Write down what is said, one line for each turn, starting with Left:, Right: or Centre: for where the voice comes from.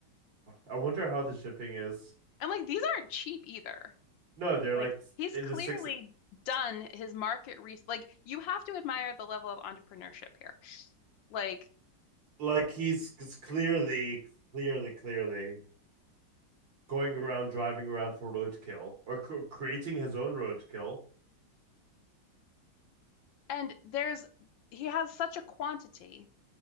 Right: I wonder how the shipping is.
Left: And like these aren't cheap either.
Right: No, they're
Left: Like
Right: like
Left: he's
Right: in
Left: clearly
Right: the six.
Left: done his market research. Like you have to admire the level of entrepreneurship here. Like
Right: Like he's clearly, clearly, clearly going around driving around for roadkill or cr- creating his own roadkill,
Left: and there's he has such a quantity